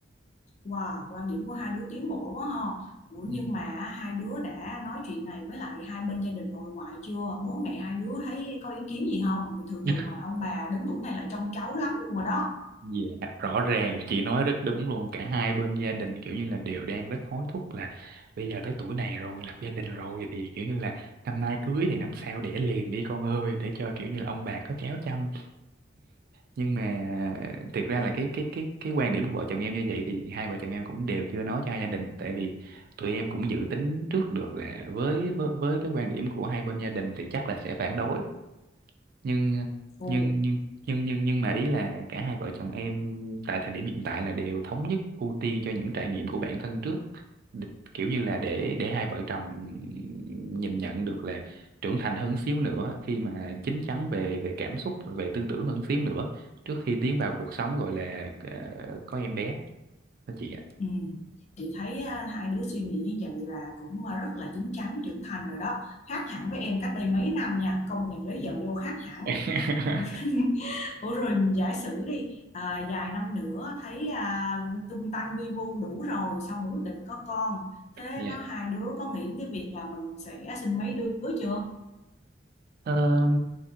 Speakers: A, on the left (about 40°); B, on the right (about 55°).
A: Wow quan điểm của hai đứa tiến bộ quá ha Ủa
B: Ừ.
A: nhưng mà hai đứa đã nói chuyện này Với lại hai bên gia đình nội ngoại chưa Bố mẹ hai đứa thấy có ý kiến gì không Vì thường
B: <laughs>
A: thường mà ông bà đến tuổi này là trông cháu lắm rồi đó
B: Dạ, rõ ràng chị nói rất đúng luôn cả hai bên gia đình kiểu như là đều đang rất hối thúc là bây giờ tới tuổi này rồi lập gia đình rồi thì kiểu như là năm nay cưới thì năm sau đẻ liền đi con ơi để cho kiểu như là ông bà có cháu chăm nhưng mà thiệt ra là cái cái cái cái quan điểm của vợ chồng em như vậy thì hai vợ chồng em cũng đều chưa nói cho hai gia đình tại vì tụi em cũng dự tính trước được là với với với cái quan điểm của hai bên gia đình thì chắc là sẽ phản đối nhưng
A: Ồ
B: nhưng nhưng nhưng nhưng nhưng mà ý là cả hai vợ chồng em tại thời điểm hiện tại là đều thống nhất ưu tiên cho những trải nghiệm của bản thân trước Đ- kiểu như là để để hai vợ chồng nhìn nhận được là trưởng thành hơn xíu nữa khi mà chín chắn về về cảm xúc rồi về tư tưởng hơn xíu nữa trước khi tiến vào cuộc sống gọi là ờ, có em bé đó chị ạ
A: Ừ. Chị thấy à, hai đứa suy nghĩ như vậy là cũng à, rất là chín chắn trưởng thành rồi đó khác hẳn với em cách đây mấy năm nha công nhận lấy vợ vô khác hẳn
B: <laughs>
A: <laughs> Ủa rồi giả sử đi à, vài năm nữa thấy à, tung tăng vi vu đủ rồi xong rồi quyết định có con thế
B: Dạ.
A: có hai đứa có nghĩ cái việc là mình sẽ sinh mấy đứa chưa
B: Ờ,